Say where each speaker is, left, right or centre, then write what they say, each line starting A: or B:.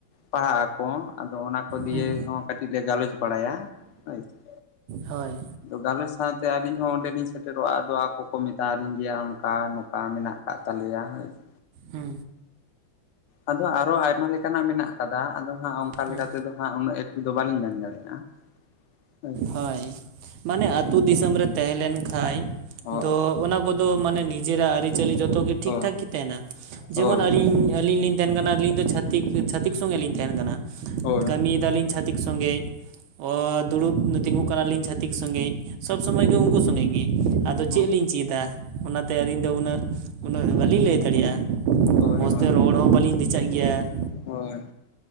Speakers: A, on the left; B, on the right.
A: ᱯᱟᱲᱦᱟᱜ ᱟᱠᱚ ᱟᱫᱚ ᱚᱱᱟ ᱠᱚ ᱫᱤᱭᱮ
B: ᱦᱩᱸ
A: ᱦᱚᱸ ᱠᱟᱹᱴᱤᱡ ᱞᱮ ᱜᱟᱞᱚᱪ ᱵᱟᱲᱟᱭᱟ ᱦᱳᱭ ᱥᱮ ᱾
B: ᱦᱳᱭ ᱾
A: ᱟᱫᱚ ᱜᱟᱞᱚᱪ ᱥᱟᱶᱛᱮ ᱟᱹᱞᱤᱧ ᱦᱚᱸ ᱚᱸᱰᱮᱞᱤᱧ ᱥᱮᱴᱮᱨᱚᱜᱼᱟ ᱟᱫᱚ ᱟᱠᱚ ᱠᱚ ᱢᱮᱛᱟᱣ ᱟᱞᱤᱧ ᱜᱮᱭᱟ ᱚᱱᱠᱟ ᱱᱚᱝᱠᱟ ᱢᱮᱱᱟᱜ ᱟᱠᱟᱫ ᱛᱟᱞᱮᱭᱟ ᱦᱳᱭ ᱾
B: ᱦᱩᱸ ᱾
A: ᱟᱫᱚ ᱟᱨᱚ ᱟᱭᱢᱟ ᱞᱮᱠᱟᱱᱟᱜ ᱢᱮᱱᱟᱜ ᱠᱟᱫᱟ, ᱟᱫᱚ ᱦᱟᱸᱜ ᱚᱱᱠᱟ
B: ᱦᱩᱸ
A: ᱞᱮᱠᱟ ᱛᱮᱫᱚ ᱦᱟᱸᱜ ᱩᱱᱟᱹᱜ ᱮᱠᱴᱩ ᱫᱚ ᱵᱟᱹᱞᱤᱧ ᱢᱮᱱ ᱫᱟᱲᱮᱜᱼᱟ ᱦᱳᱭ ᱾
B: ᱦᱳᱭ ᱢᱟᱱᱮ ᱟᱛᱳ ᱫᱤᱥᱚᱢ ᱨᱮ ᱛᱟᱦᱮᱸ ᱞᱮᱱ ᱠᱷᱟᱡ
A: ᱦᱳᱭ
B: ᱫᱚ ᱚᱱᱟ ᱠᱚᱫᱚ ᱢᱟᱱᱮ ᱱᱤᱡᱮᱨᱟᱜ ᱟᱹᱨᱤᱪᱟᱹᱞᱤ ᱡᱷᱚᱛᱚ ᱜᱮ ᱴᱷᱤᱠ
A: ᱦᱳᱭ
B: ᱴᱷᱟᱠ ᱜᱮ ᱛᱟᱦᱮᱱᱟ
A: ᱦᱳᱭ
B: ᱡᱮᱢᱚᱱ ᱟᱞᱤᱧ ᱟᱞᱤᱧ ᱞᱤᱧ ᱛᱟᱦᱮᱱ ᱠᱟᱱᱟ ᱟᱹᱞᱤᱧ ᱫᱚ ᱪᱷᱟᱹᱛᱤᱠ ᱪᱷᱟᱹᱛᱤᱠ ᱥᱚᱸᱜᱮ ᱞᱤᱧ ᱛᱟᱦᱮᱱ ᱠᱟᱱᱟ,
A: ᱦᱳᱭ ᱦᱳᱭ
B: ᱠᱟᱹᱢᱤᱭᱮᱫᱟᱞᱤᱧ ᱪᱷᱟᱹᱛᱤᱠ ᱥᱚᱸᱜᱮᱡ ᱾ ᱚ ᱫᱩᱲᱩᱵ ᱛᱤᱸᱜᱩᱜ ᱠᱟᱱᱟ ᱞᱤᱧ ᱪᱷᱟᱹᱛᱤᱠ ᱥᱚᱸᱜᱮᱡ ᱥᱚᱵ ᱥᱚᱢᱚᱭ ᱜᱮ ᱩᱱᱠᱩ ᱥᱚᱸᱜᱮ ᱜᱮ ᱟᱫᱚ
A: ᱦᱳᱭ
B: ᱪᱮᱫ ᱞᱤᱧ ᱪᱮᱫᱟ ᱚᱱᱟᱛᱮ ᱟᱹᱞᱤᱧ ᱫᱚ ᱩᱱᱟᱹᱜ ᱩᱱᱟᱹᱜ ᱵᱟᱹᱞᱤᱧ ᱞᱟᱹᱭ ᱫᱟᱲᱮᱜᱼᱟ ᱾
A: ᱦᱳᱭ
B: ᱢᱚᱡᱽ
A: ᱦᱳᱭ
B: ᱛᱮ ᱨᱚᱲ ᱦᱚᱸ ᱵᱟᱹᱞᱤᱧ ᱫᱮᱪᱟᱜ ᱜᱮᱭᱟ ᱾
A: ᱦᱳᱭ ᱾